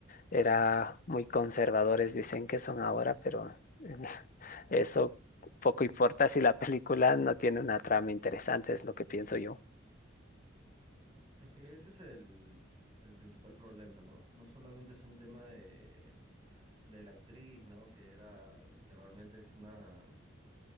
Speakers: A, on the left (about 40°); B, on the right (about 20°).
A: era muy conservadores, dicen que son ahora, pero <laughs> eso poco importa si la película no tiene una trama interesante, es lo que pienso yo.
B: Es que ese es el, el principal problema, ¿no? No solamente es un tema de, de la actriz, ¿no? Que era, que realmente es una